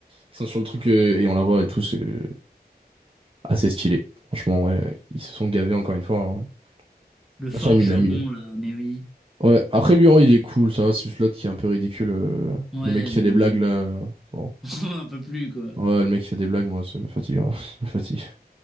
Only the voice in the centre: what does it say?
le forgeron,
là, mais oui.
Ouais,
le.
<laughs> On n'en peut plus, quoi.